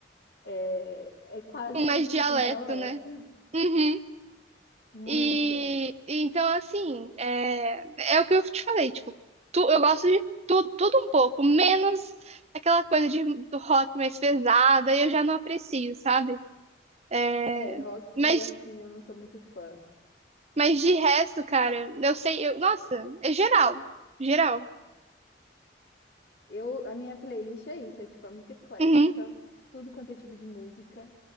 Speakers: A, on the left; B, on the right.
A: É, é quase
B: com
A: como
B: mais
A: se
B: dialeto,
A: fosse um dialeto.
B: né? Uhum.
A: Muito.
B: E, e então, assim, é, é o que eu te falei, tipo, tu- eu gosto de tudo, tudo um pouco, menos aquela coisa de, do rock mais pesada, eu já não aprecio, sabe? É,
A: É, rock,
B: mas,
A: assim, eu não sou muito fã.
B: mas de resto, cara, eu sei, eu, nossa, é geral, geral.
A: Eu, a minha playlist é isso, é tipo, é muito eclética,
B: Uhum,
A: tudo quanto é tipo de música.